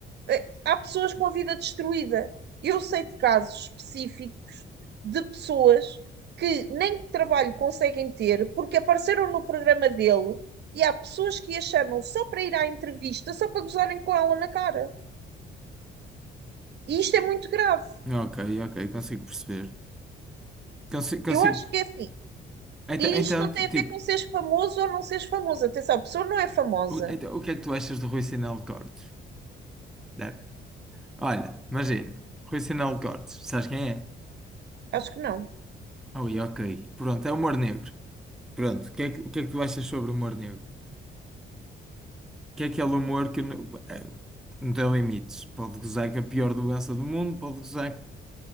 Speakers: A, on the right; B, in the centre.
A: Eh, Há pessoas com a vida destruída. Eu sei de casos específicos de pessoas que nem trabalho conseguem ter porque apareceram no programa dele e há pessoas que a chamam só para ir à entrevista, só para gozarem com ela na cara. E isto é muito grave.
B: Ok, ok, consigo perceber. Consigo,
A: Eu
B: consigo.
A: acho que é assim.
B: Então,
A: E
B: então,
A: isto não tem a
B: tipo,
A: ver com seres famoso ou não seres famoso. Atenção, a pessoa não é famosa.
B: o, então, o que é que tu achas do Rui Sinal de Cortes? Deve- Olha, imagina, Rui Sinal de Cortes, sabes quem é?
A: Acho que não.
B: Ui, ok, pronto, é humor negro. Pronto, o que é que, o que é que tu achas sobre o humor negro? Que é aquele humor que não, é, não tem limites. Pode gozar com a pior doença do mundo, pode gozar,